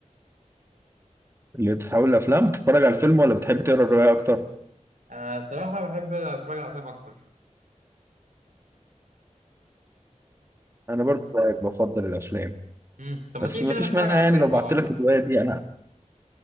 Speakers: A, on the right; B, on the right.
A: اللي بتتحول لافلام بتتفرج على الفيلم ولا بتحب تقرا الروايه اكتر
B: آه صراحه بحب اتفرج على افلام اكتر
A: انا برضو زيك بفضل الافلام
B: مم. طب ما
A: بس
B: تيجي
A: ما
B: كده
A: فيش
B: نتفرج
A: مانع
B: على
A: يعني
B: فيلم
A: لو
B: مع
A: بعت
B: بعض
A: لك الروايه دي انا